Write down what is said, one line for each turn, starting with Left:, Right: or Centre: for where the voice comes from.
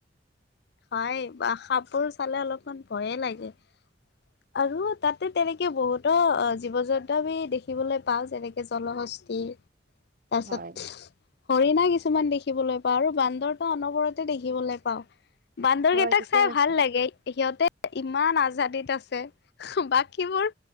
Left: হয়, সাপবোৰ চালে অলপমান ভয়ে লাগে। আৰু তাতে তেনেকে বহুতো জীৱ জন্তু আমি দেখিবলে পাওঁ যেনেকে জলহষ্ঠি। তাৰ
Right: হয়
Left: পিছত, হৰিণা কিছুমান দেখিবলৈ পাওঁ আৰু বান্দৰটো অনবৰতে দেখিবলে পাওঁ। বান্দৰ
Right: হয়
Left: কেইটাক
Right: ঠিকে
Left: চাই
Right: কৈছা
Left: ভাল লাগে সিহঁতে ইমান আজাদীত আ ছে, বাকীবোৰ